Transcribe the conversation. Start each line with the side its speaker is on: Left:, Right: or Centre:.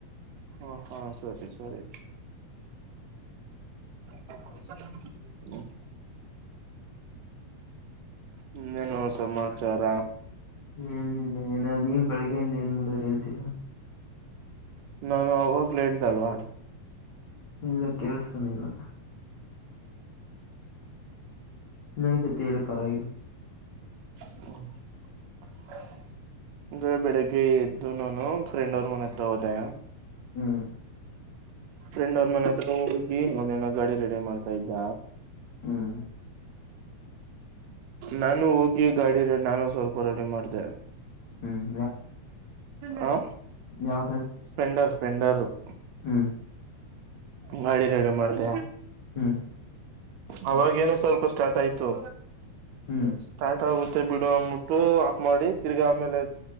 Right: ಅ ಹಾ ಸರಿ ಸರಿ ಹ <unintelligible> ಇನ್ನೇನು ಸಮಾಚಾರ.
Left: ಏನಿಲ್ಲ ಏನಾದ್ ನೀವ್ ಬೆಳಗ್ಗೆಯಿಂದ ಏನ್ ಮಾಡಿದ್ರಿ ಹೇಳ್ತೀರ.
Right: ನಾನು ಆವಾಗ್ಲೇ ಹೇಳಿದಲ್ಲ
Left: ಇಲ್ಲ ಕೇಳಿಸಿಕೊಂಡಿಲ್ಲ ಇನ್ನೊಂದ್ಸತಿ ಹೇಳು ಪರವಾಗಿಲ್ಲ
Right: ಹ್ಮ <unintelligible> ಅ ಬೆಳಿಗ್ಗೆ ಎದ್ದು ನಾನು ಫ್ರೆಂಡ್ ಅವ್ರ ಮನೆ ಹತ್ರ ಹೋದೆ
Left: ಹ್ಮ್
Right: ಫ್ರೆಂಡ್ ಅವ್ರ ಮನೆ ಹತ್ರ ಹೋಗಿ ಅವನನ ಗಾಡಿ ರೆಡಿ ಮಾಡ್ತಾ ಇದ್ದ
Left: ಹ್ಮ್
Right: ನಾನು ಹೋಗಿ ಗಾಡಿ ರಡಿ ನಾನು ಸ್ವಲ್ಪ ರೆಡಿ ಮಾಡ್ದ
Left: ಹ್ಮ
Right: ಹ
Left: ಯಾವ
Right: ಸ್ಪೆಂಡರ್ ಸ್ಪೆಂಡರ್ <inaudible>
Left: ಹ್ಮ
Right: ಗಾಡಿ ರೇಡಿ ಮಾಡ್ತೇಯ
Left: ಹ್ಮ್
Right: ಅವಾಗ <inaudible> ಸ್ವಲ್ಪ ಸ್ಟಾರ್ಟ್ ಆಯ್ತು
Left: ಹ್ಮ್
Right: ಸ್ಟಾರ್ಟ್ ಆಗ ತ್ತೆ ಬಿಡು ಅಂದ್ಬಿಟ್ಟು ಆಪ್ ಮಾಡಿ ತಿರ್ಗಿ ಆಮೇಲೆ